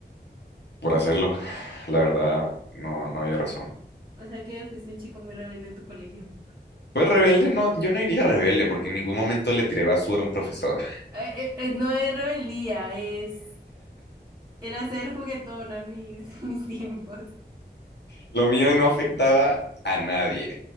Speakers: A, on the left; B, on the right.
A: por hacerlo. La verdad, no, no había razón.
B: O sea que fuiste un chico muy rebelde en tu colegio.
A: Pues rebelde, no, yo no iría rebelde porque en ningún momento le tiré basura a un profesor.
B: Eh, eh, eh, no es rebeldía, es... Era ser juguetona en mis, <laughs> mis tiempos.
A: Lo mío no afectaba a nadie.